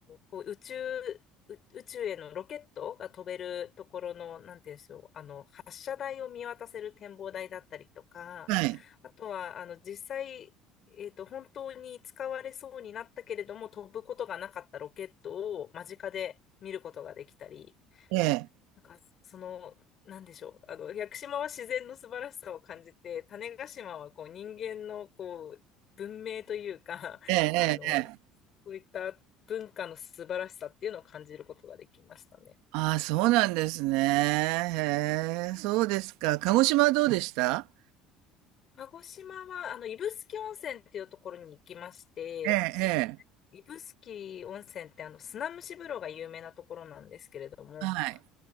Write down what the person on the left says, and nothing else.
こう宇宙、う宇宙へのロケットが飛べるところの、なんていうんでしょう、あの、発射台を見渡せる展望台だったりとか、
あとは、あの、実際、えっと、本当に使われそうになったけれども、飛ぶことがなかったロケットを間近で見ることができたり、
なんか、その、なんでしょう。あの、屋久島は自然の素晴らしさを感じて、種子島はこう人間のこう文明というか、<laughs>
あの、
そういった文化の素晴らしさっていうのを感じることができましたね。
鹿児島は、あの、指宿温泉っていうところに行きまして、
指宿温泉ってあの、砂蒸し風呂が有名なところなんですけれども、